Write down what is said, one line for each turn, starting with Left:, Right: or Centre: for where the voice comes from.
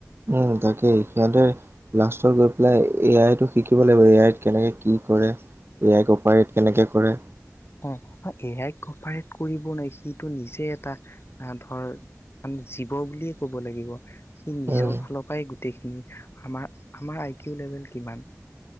Right: উম, তাকেই <inaudible> লাষ্টত গৈ পেলাই, এ, আই, টো শিকিব লাগিব এ, আই, ত কেনেকে কি কৰে। এ, আই, ক অপাৰেট কেনেকৈ কৰে।
Left: অ, এ, আই, ক কপাৰেট কৰিব নোৱাৰ সিটো নিজে এটা ধৰ মানে, জীৱ বুলিয়ে ক'ব লাগিব। সি, নিজৰ
Right: উম,
Left: ফালৰ পৰাই গোটেইখিনি, আমাৰ আমাৰ আই, কিউ লেভেল কিমান?